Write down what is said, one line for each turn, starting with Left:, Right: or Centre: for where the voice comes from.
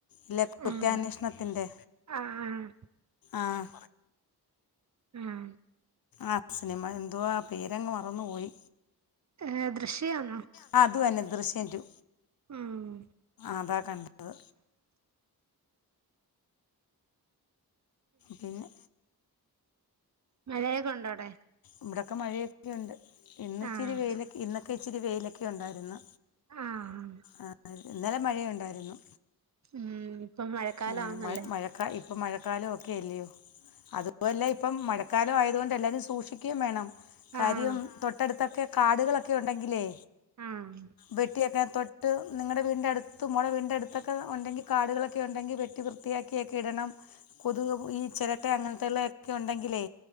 Left: ഇല്ലാ കൂറ്റാന്വേഷണത്തിന്റെ
Right: ആഹ് ആഹ്
Left: ആഹ്
Right: ഉം
Left: ആഹ് സിനിമ എന്തുവാ പേര് അങ്ങ് മറന്നു പോയി
Right: ഏഹ് ദൃശ്യാണോ
Left: ആ അത് തന്നെ ദൃശ്യം ടു
Right: ഉം
Left: അതാ കണ്ടത് പിന്നെ
Right: മഴയൊക്കെ ഉണ്ടോ അവിടെ
Left: ഇവിടെയൊക്കെ മഴയൊക്കെയുണ്ട്. ഇന്നിച്ചിരി
Right: ആഹ്
Left: വെയിലൊക്കെ ഇന്നൊക്കെ ഇച്ചിരി വെയിലൊക്കെ ഉണ്ടായിരുന്ന്
Right: ആഹ്
Left: ആ ഇന്നലെ മഴയുണ്ടായിരുന്നു
Right: ഉം ഇപ്പൊ മഴക്കാലാന്നല്ലേ
Left: ഉം, മഴ മഴക്കാ ഇപ്പം മഴക്കാലം ഒക്കെയല്ലയോ? അതുവല്ല ഇപ്പം മഴക്കാലം ആയത് കൊണ്ട് എല്ലാവരും സൂക്ഷിക്കുകയും വേണം കാര്യം
Right: ആഹ്
Left: തൊട്ടടുത്തൊക്കെ കാടുകളൊക്കെ ഉണ്ടെങ്കിലേ
Right: ആഹ്
Left: വെട്ടിയൊക്കെ തൊട് ട്ട് നിങ്ങടെ വീടിന്റെ അടുത്ത് മോളെ വീടിന്റെ അടുത്തൊക്കെ ഉണ്ടെങ്കി കാടുകളൊക്കെ ഉണ്ടെങ്കി വെട്ടി വൃത്തിയാക്കിയൊക്കെ ഇടണം കൊതുക് ഈ ചിരട്ട അങ്ങനത്തുള്ളയൊക്കെ ഉണ്ടെങ്കിലേ